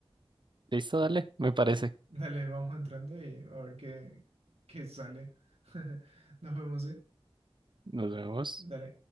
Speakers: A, on the right; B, on the right.
A: Listo, dale, me parece.
B: Da- Dale, vamos entrando y a ver qué, qué sale. <laughs> Nos vemos, ¿sí?
A: Nos vemos.
B: Dale.